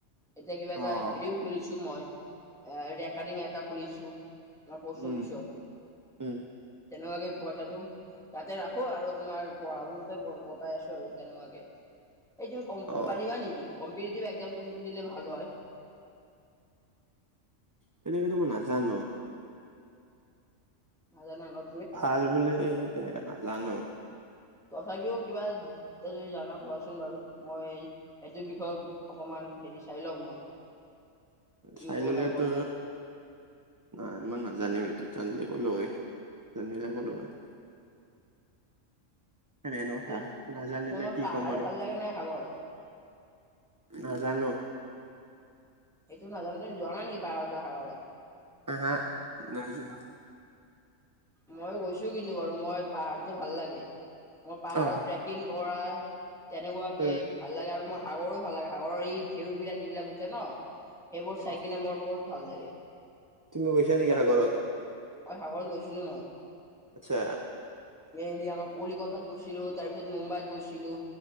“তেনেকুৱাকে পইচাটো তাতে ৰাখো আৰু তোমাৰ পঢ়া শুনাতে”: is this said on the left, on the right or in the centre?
Centre